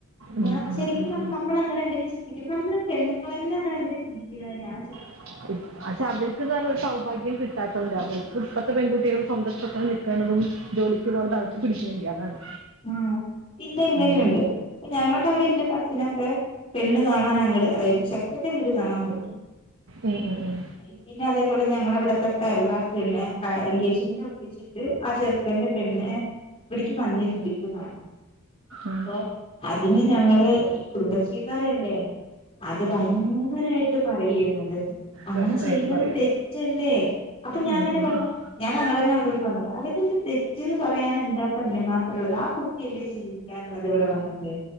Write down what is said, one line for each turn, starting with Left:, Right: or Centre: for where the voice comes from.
Right: ഉം
Left: ഞാൻ
Right: ഉം
Left: ശരിക്കും
Right: ഉം
Left: പർഞ്ഞാ നമ്മളങ്ങനെ എന്തെലും ചെയ് നിക്കുന്നെ നമ്മള് പെണ്ണുങ്ങളെന്ന എന്തിനാ ചിന്തിക്ക്ണ് ഞാ ചി
Right: <inaudible> പക്ഷെ അവർക്ക് നല്ലരു സൗഭാഗ്യം കിട്ടാത്തോണ്ട് അവർക്ക് ഇപ്പത്തെ പെൺകുട്ടികൾ സ്വന്തം ഇഷ്ടത്തിന് നിക്ക്ണതും ജോലിക്ക് പോകണത് അവർക്ക് പിടിക്ക്ണില്ല അതാണ്.
Left: ആഹ് പിന്നെ ഇങ്ങനെയുണ്ട്
Right: ഉം
Left: ഞങ്ങൾടെ അവിടെ ഇന്റെ കസിനൊക്കെ പെണ്ണ് കാണാൻ അങ്ങട്, അതായത് ചെക്കൻന്റെ വീട് കാണാൻ പോയി.
Right: ഉം ഉം ഉം.
Left: <unintelligible> പിന്നെ അതേപോലെ ഞങ്ങളെ ഇവെട തൊട്ട അയൽവാ പിന്നെ ആഹ് എൻഗേജ്മെന്റ് ഒറപ്പിച്ചിട്ട് ആ ചെറുക്കന്റെ പെണ്ണ്, ഏഹ് ഇവിട്ക്ക്യ് വന്നിരുന്നു. വീട്ടി കാണും.
Right: ഉം
Left: അപ്പൊ, അതിന് ഞങ്ങള് ഈ കുടുംബ ശ്രീ ക്കാരല്ലേ? അത് ഭയങ്കരായിട്ട് പറയേര്ന്നു എന്താച്ച അങ്ങനെ
Right: പ്രശ്നമായിട്ട്
Left: ചെയ്യുന്നത്
Right: പറയും
Left: തെറ്റല്ലേ അപ്പം ഞാൻങ്ങെനെ
Right: ഉം ഉം
Left: പർഞ്ഞു.
Right: ഉം
Left: ഞാൻ അങ്ങടെന്നെ അവരോട് പറഞ്ഞുട്ടാ. അല്ലെ ഇതെന്ത് തെറ്റ് ന്ന് പറയാനെന്താപ്പം അതിന് മാ ള്ളത് ആ കുട്ടില്ലേ ജീവിക്കാനുള്ളത് ഇവിടെ വന്നിട്ടേ